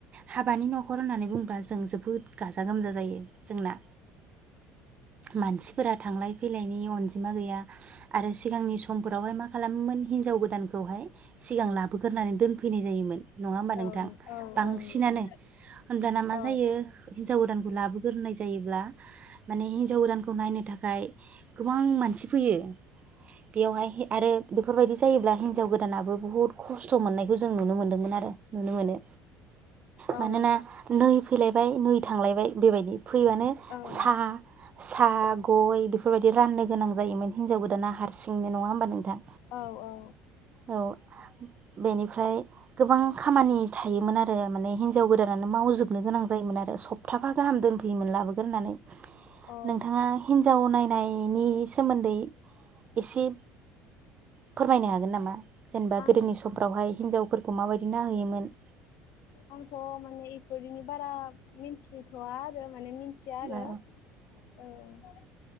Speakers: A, on the right; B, on the left.
A: हाबानि न'खर होननानै बुंङोबा जों जोबोद गाजा गोमजा जायो जोंना। मानसिफोरा थांलाय फैलायनि अनजिमा गैया आरो सिगांनि समफोरावहाय मा खालामोमोन हिनजाव गोदानखौहाय सिगां लाबोगोरनानै दोनफैनाय जायोमोन। नङा होमबा नोंथां?
B: औ औ
A: बांसिनानो
B: औ नोंथां
A: होमब्लाना मा
B: औ
A: जायो हिनजाव गोदान लाबोगोरनाय जायोब्ला माने हिनजाव गोदानखौ नायनो थाखाय गोबां मानसि फैयो। बेयावहाय आरो बेफोरबायदि जायोब्ला हिनजाव गोदानाबो बुहुद खस्थ' मोननायखौ जों नुनो मोन्दोंमोन आरो नुनो मोनो।
B: औ
A: मानोना
B: नोंथां
A: नै फैलायबाय नै थांलायबाय बेबायदि। फैबानो
B: औ औ
A: साहा साहा गय बेफोरबायदि राननो गोनां जायोमोन हिनजाव गोदाना हारसिंनो नङा होमबा नोंथां?
B: औ औ।
A: औ बेनिफ्राय गोबां खामानि थायोमोन आरो माने हिनजाव गोदानानो मावजोबनो गोनां जायोमोन आरो सप्ताफा गाहाम दोनफैयोमोन लाबोगोरनानै।
B: औ
A: नोंथाङा हिनजाव नायनायनि सोमोन्दै एसे फोरमायनो हागोन नामा? जेनेबा
B: आं
A: गोदोनि समफ्रावहाय हिनजावफोरखौ माबायदि नाहैयोमोन?
B: आंथ' माने इफोरनो बारा मिन्थिथ'आ आरो माने मिनथिया आरो।
A: औ
B: औ।